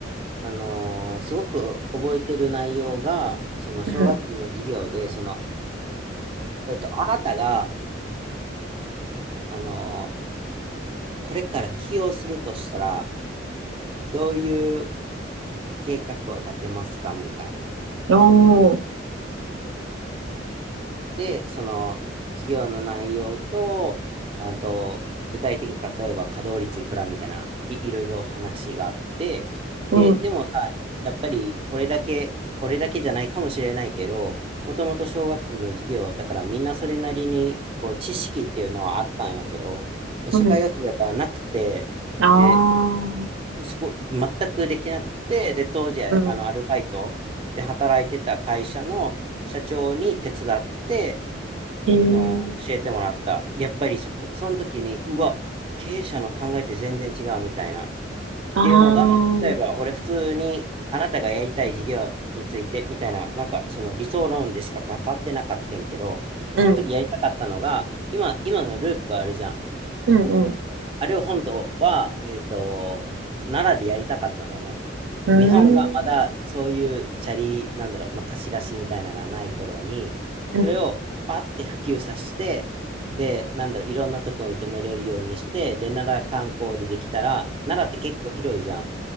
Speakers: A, on the right (about 30°); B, on the right (about 80°).
A: あのーすごく覚えてる内容が、その小学部の授業で、
B: うん。
A: その、えっと、あなたが、あのーこれから起用するとしたら、どういう計画を立てますかみたいな。
B: おー、
A: で、その、授業の内容と、あと、具体的に例えば稼働率いくらみたいな、い、いろいろ話があって、
B: うん、
A: で、でもさ、やっぱり俺だけ、俺だけじゃないかもしれないけど、もともと小学部の授業、だからみんなそれなりに、こう、知識っていうのはあったんやけど、社会学部やからなくて、
B: うん。ああ、
A: で、そこ、全くできなくて、で、当時、あの、
B: うん。
A: アルバイトで働いてた会社の社長に手伝って、
B: へえ
A: の教えてもらった。やっぱりそこ、その時に、うわ、経営者の考えって全然違うみたいな。っ
B: ああ、
A: ていうのが、
B: うん、
A: 例えば俺普通にあなたがやりたい事業についてみたいな、なんかその理想論でしか語ってなかったんけど、
B: うん、
A: その時やりたかったのが、今、今のループあるじゃん。
B: うん、
A: あれを本当は、えっと、奈良でやりたかったのね。
B: うん、
A: 日本がまだそういうチャリ、
B: う
A: なんだろう、の貸し出しみたいなのがない頃に、
B: ーん、
A: それをバッて普及させて、
B: うん、
A: で、なんだろう、いろんなところに止めれるようにして、で、奈良観光でできたら、奈良って結構広いじゃん。